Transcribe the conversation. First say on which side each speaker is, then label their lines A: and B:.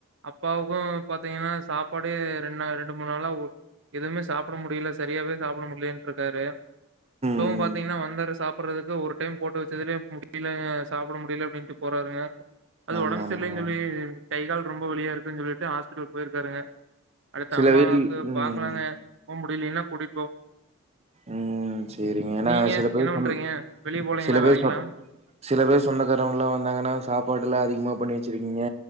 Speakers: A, on the right (about 55°); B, on the right (about 30°).
A: அப்பாவுக்கும் பாத்தீங்கன்னா சாப்பாடு ரெண்டு ரெண்டு மூணு நாளா ஒ எதுவுமே சாப்ட முடியல சரியாவே சாப்ட முடியலன்ட் இருக்காரு
B: ம்
A: இப்பவு பாத்தீங்கன்னா வந்தரசு சாப்படுறதுக்கு ஒரு டைம் போட்டு வச்சதுலே முடிலங்கே சாப்ட முடில போறாருங்க அது
B: ஆமா
A: ஒடம்பு
B: ஆமாங்க
A: சரி இல்லலைன்னு சொல்லி கை கால் ரொம்ப வலியா இருக்குன்னு சொல்லிட்டு ஹாஸ்பிடல் போயிருக்காங்க அடுத்து
B: சில
A: அம்மாவுக்கு
B: வீட்ல் ம்
A: பாக்கலாங்க ஒம்பு இல்லின்னா குடி
B: ம் செரிங்க ன்னா
A: நீங்க
B: சில பேர்
A: என்ன
B: சொன்
A: பண்றீங்க வெளிய போலீங்களா
B: சில பேர்
A: வேலைக்கெல்லா
B: சொ சில பேர் சொந்தக்காரங்கல்லா வந்தாங்கன்னா சாப்பாடுலா அதிகமா பண்ணி வச்சிருக்கீங்க